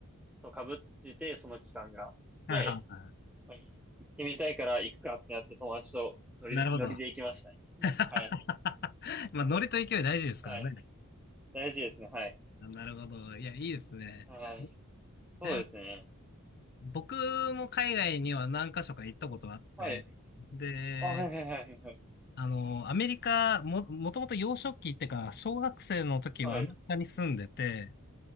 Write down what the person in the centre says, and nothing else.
と被ってて、その期間が。で、
まあ行ってみたいから行くかってなって友達と乗り、
乗りで行きましたね。
はい。
はい。大事ですね。はい。
はい。そうですね。
はい。
あ、はいはいはいはい。
はい。